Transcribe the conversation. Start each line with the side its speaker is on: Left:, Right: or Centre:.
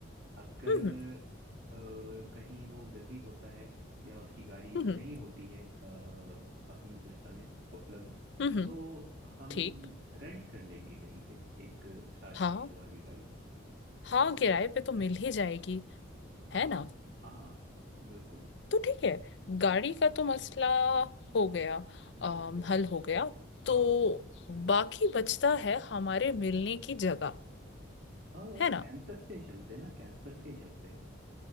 Right: अगर
Left: हम्म
Right: अ, कहीं वो बिजी होता है या उसकी गाड़ी
Left: हम्म हम्म
Right: नहीं होती है अ, अभी इस समय उपलब्ध
Left: हम्म, हम्म,
Right: तो हम
Left: ठीक
Right: रेंट कर लेंगे कहीं से एक सात
Left: हाँ
Right: सीटर वाली गाड़ी
Left: हाँ किराए पे तो मिल
Right: है?
Left: ही जाएगी
Right: हाँ
Left: है ना
Right: हाँ बिल्कुल
Left: तो ठीक है गाड़ी का तो मसला हो गया
Right: बिल्कुल
Left: अम, हल हो गया तो
Right: हाँ
Left: बाकी बचता है हमारे मिलने की जगह
Right: और
Left: है ना
Right: कैंपस से ही चलते हैं ना कैंपस से ही चलते हैं